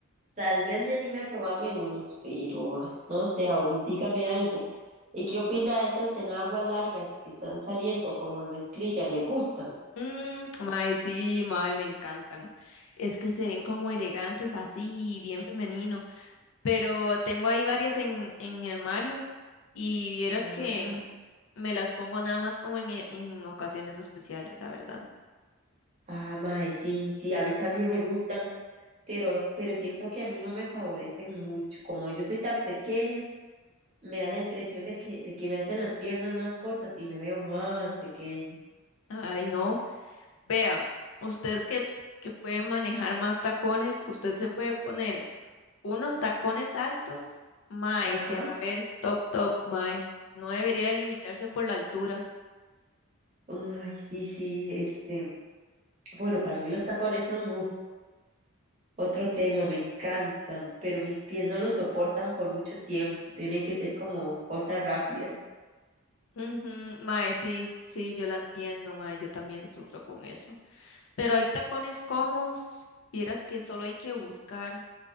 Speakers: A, on the right; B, on the left.
A: tal vez me anime a probarme unos, pero ah, no sé, aún dígame algo. ¿Y qué opina de esas enaguas largas que están saliendo como de mezclilla? ¿Le gustan?
B: Mm, mae, sí, mae, me encantan. Es que se ven como elegantes, así, bien femeninos. pero tengo ahí varias en, en mi armario y vieras
A: Ah,
B: que me las pongo nada más como en, e- en ocasiones especiales, la verdad.
A: ah, mae, sí, sí, a mí también me gustan. pero, pero siento que a mí no me favorecen mucho. Como yo soy tan pequeña, me da la impresión de que, de que me hacen las piernas más cortas y me veo más pequeña.
B: Ay, no. Vea, usted que, que puede manejar más tacones, usted se puede poner unos tacones altos, mae,
A: Ajá.
B: y se va a ver top, top, mae. No debería de limitarse por la altura.
A: Ay, sí, sí, este. Bueno, para mí los tacones son uf, otro tema, me encantan, pero mis pies no los soportan por mucho tiempo. Tiene que ser como cosas rápidas.
B: Ujú, mae, sí, sí, yo la entiendo, mae, yo también sufro con eso. Pero hay tacones cómodos, vieras que solo hay que buscar.